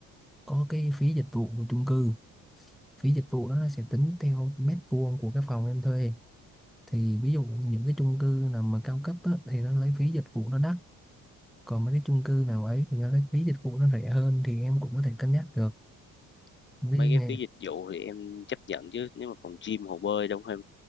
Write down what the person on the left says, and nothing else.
mấy cái
phí dịch vụ thì em chấp nhận chứ. Nếu mà phòng gym, hồ bơi đâu phải